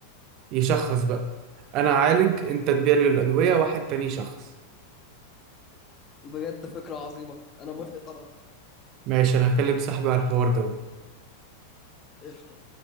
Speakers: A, on the right (about 40°); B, on the left (about 30°).
A: يشخص بقى انا اعالج انت تبيع لي الادويه واحد تاني يشخص
B: بجد فكرة عظيمة أنا موافق طبعا
A: ماشي انا هكلم صاحبي على الحوار ده
B: قشطة